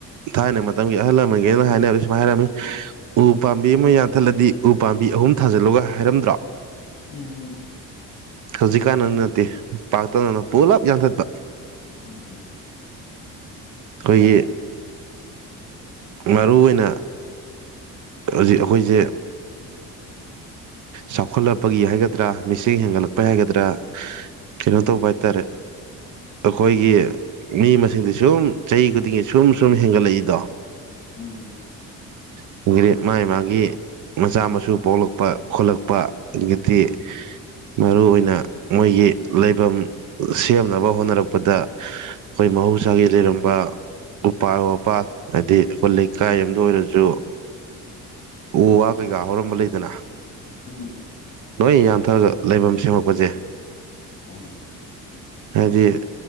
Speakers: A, on the right; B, on the left.
A: ꯊꯥꯏꯅ ꯃꯇꯝꯒꯤ ꯑꯍꯜ ꯂꯃꯟꯒꯤꯅ ꯍꯥꯏꯅꯕ ꯁꯨꯨꯝꯃꯥꯏ ꯍꯥꯏꯔꯝꯃꯤ ꯎ ꯄꯥꯝꯕꯤ ꯑꯃꯥ ꯌꯥꯟꯊꯠꯂꯗꯤ ꯎ ꯄꯥꯝꯕꯤ ꯑꯍꯨꯝ ꯊꯥꯖꯤꯜꯂꯨꯒ ꯍꯥꯏꯔꯝꯗ꯭ꯔꯣ
B: ꯎꯝ
A: ꯍꯧꯖꯤꯛꯀꯥꯟ ꯑꯗꯨ ꯅꯠꯇꯦ ꯄꯥꯛꯇꯛꯅꯅ ꯄꯨꯂꯞ ꯌꯥꯟꯊꯠꯄ
B: <unintelligible> ꯑꯗꯨꯒ
A: ꯑꯩꯈꯣꯏꯒꯤ
B: ꯎꯝ
A: ꯃꯔꯨꯑꯣꯏꯅ ꯍꯖꯤꯛ ꯑꯈꯣꯏꯖꯦ ꯆꯥꯎꯈꯠꯂꯛꯄꯒꯤ ꯍꯥꯏꯒꯗ꯭ꯔꯥ ꯃꯤꯁꯤꯡ ꯍꯦꯟꯒꯠꯂꯛꯄꯩ
B: ꯎꯝ
A: ꯍꯥꯏꯒꯗ꯭ꯔꯥ
B: ꯎꯝ
A: ꯀꯩꯅꯣ
B: ꯎꯝ
A: ꯇꯧꯕ ꯍꯥꯏꯇꯥꯔꯦ ꯑꯈꯣꯏꯒꯤ ꯃꯤ ꯃꯁꯤꯡꯗꯤ ꯁꯨꯝ ꯆꯍꯤ ꯈꯨꯗꯤꯡꯒꯤ ꯁꯨꯝ ꯁꯨꯝ ꯍꯦꯟꯒꯠꯂꯛꯏꯗꯣ
B: ꯎꯝ
A: <unintelligible> ꯃꯥꯒꯤ ꯃꯥꯒꯤ ꯃꯆꯥ ꯃꯁꯨ ꯄꯣꯛꯂꯛꯄ ꯈꯣꯠꯂꯛꯄ ꯑꯗꯨꯗꯒꯤ
B: ꯎꯝ
A: ꯃꯔꯨꯑꯣꯏꯅ ꯃꯣꯏꯒꯤ ꯂꯩꯕꯝ ꯁꯦꯝꯅꯕ ꯍꯣꯠꯅꯔꯛꯄꯗ ꯑꯈꯣꯏ ꯃꯍꯧꯁꯥꯒꯤ ꯂꯩꯔꯝꯕ ꯎꯄꯥꯜ ꯋꯥꯄꯥꯜ ꯍꯥꯏꯗꯤ ꯑꯈꯣꯏ ꯂꯩꯀꯥꯏ
B: ꯎꯝ
A: ꯑꯝꯗ ꯑꯣꯏꯔꯖꯨ ꯎ ꯋꯥ ꯀꯩꯀꯥ ꯍꯧꯔꯝꯕ ꯂꯩꯗꯅ
B: ꯎꯝ
A: ꯂꯣꯏ ꯌꯥꯟ ꯊꯠꯂꯒ ꯂꯩꯐꯝ ꯁꯦꯝꯃꯛꯄꯖꯦ
B: ꯃꯥꯅꯦ
A: ꯍꯥꯏꯗꯤ